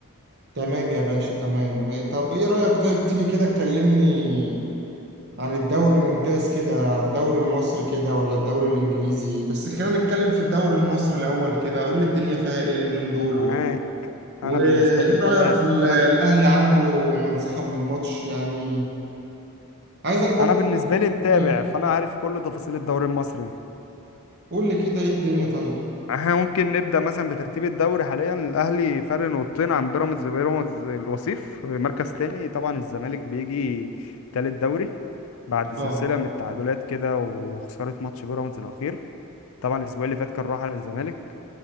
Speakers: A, on the right; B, on the left.
A: تمام يا باشا تمام طب ايه رأيك طيب تيجي كده تكلمني عن الدوري الممتاز كده الدوري المصري كده ولا الدوري الانجليزي بس خلينا نتكلم في الدوري المصري الاول كده قول لي الدنيا فيها ايه اليومين دول
B: معاك
A: و... وايه
B: انا بالنسبة لي متابع
A: رأيك في ال- الاهلي
B: انا
A: عمله لما انسحب من الماتش يعني عايزك برضو
B: انا بالنسبه
A: <laughs>
B: لي متابع فانا عارف كل تفاصيل الدوري المصري
A: قول لي كده ايه الدنيا طيب
B: احنا ممكن نبدا مثلا بترتيب الدوري حاليا الاهلي فرق نقطتين عن بيراميدز بيراميدز الوصيف مركز تاني طبعا الزمالك بيجي تالت دوري بعد سلسله
A: اه
B: من التعادلات كده وخساره ماتش بيراميدز الاخير طبعا الاسبوع اللي فات كان راحه للزمالك